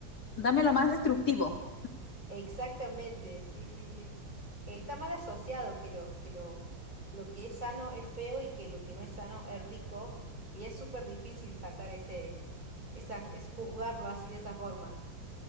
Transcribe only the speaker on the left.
Dame lo más destructivo.